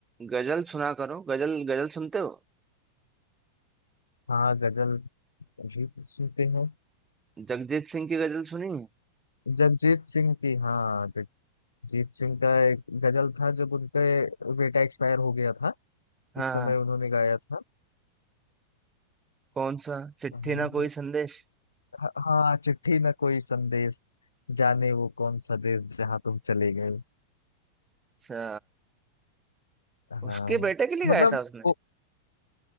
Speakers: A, on the right; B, on the left.
A: गजल सुना करो गजल गजल सुनते हो
B: हाँ गजल भी सुनते हैं
A: जगजीत सिंह की गजल सुनी है
B: जगजीत सिंह की हाँ जगजीत सिंह का एक गजल था जब उनका बेटा एक्सपायर हो गया था
A: हाँ
B: उस समय उन्होंने गाया था
A: कौन सा चिट्ठी
B: हाँ,
A: ना कोई संदेश
B: ह- हाँ चिट्ठी न कोई संदेश जाने वो कौन सा देश जहाँ तुम चले गए
A: अच्छा
B: हाँ
A: उसके बेटे के लिए
B: मतलब
A: गाया था उसने
B: वो